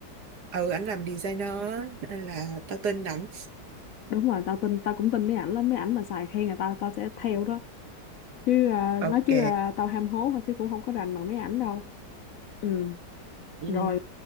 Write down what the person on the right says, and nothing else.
ừ ảnh làm designer á, nên là tao tin ảnh
ok
ừ